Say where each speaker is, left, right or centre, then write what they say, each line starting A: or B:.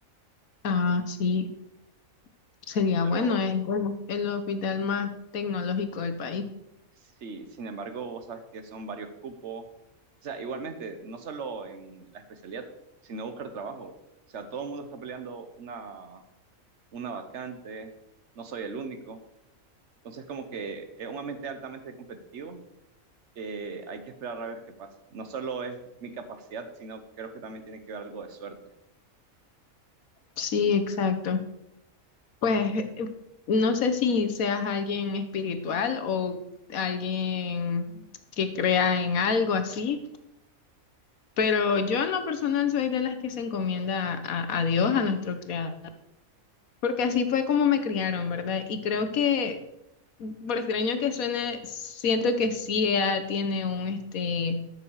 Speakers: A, on the left (about 85°); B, on the right (about 55°).
A: Ah, sí, sería
B: Pero
A: bueno, es bueno, el hospital más tecnológico del país.
B: sí, sin embargo, vos sabes que son varios cupos. O sea, igualmente, no solo en la especialidad, sino buscar trabajo. O sea, todo el mundo está peleando una, una vacante. No soy el único. Entonces, como que es un ambiente altamente competitivo que hay que esperar a ver qué pasa. No solo es mi capacidad, sino creo que también tiene que ver algo de suerte,
A: Sí, exacto. Pues eh, no sé si seas alguien espiritual o alguien que crea en algo así, pero yo en lo personal soy de las que se encomienda a, a Dios, a nuestro creador. Porque así fue como me criaron, ¿verdad? Y creo que, por extraño que suene, siento que sí ah, tiene un este